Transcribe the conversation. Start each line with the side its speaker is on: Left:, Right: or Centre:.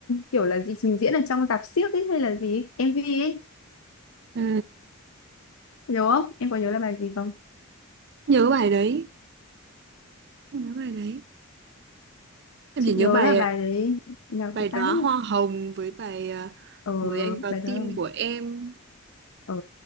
Left: kiểu là gì trình diễn ở trong rạp xiếc ấy hay là gì ấy, MV ấy
Right: À,
Left: nhớ không em có nhớ là bài gì không
Right: nhớ bài đấy nhớ bài đấy em
Left: chị
Right: chỉ nhớ
Left: nhớ
Right: bài
Left: là bài đấy nhạc
Right: bài
Left: bắt
Right: đóa
Left: tai lắm
Right: hoa hồng với bài à,
Left: ờ
Right: mới anh vào
Left: bài đó
Right: tim của em
Left: Ờ,